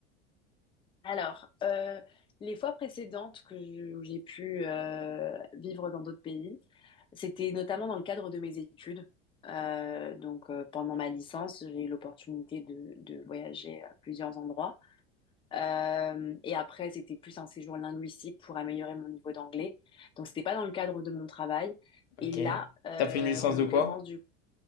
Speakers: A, on the left; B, on the left.
A: Alors, euh, les fois précédentes que je- où j'ai pu euh, vivre dans d'autres pays, c'était notamment dans le cadre de mes études. Euh, donc, euh, pendant ma licence, j'ai eu l'opportunité de, de voyager à plusieurs endroits. Euh, et après, c'était plus un séjour linguistique pour améliorer mon niveau d'anglais. Donc, c'était pas dans le cadre de mon travail. Et
B: Ok.
A: là, euh,
B: T'as fait une licence
A: en l'occurrence,
B: de quoi?
A: du...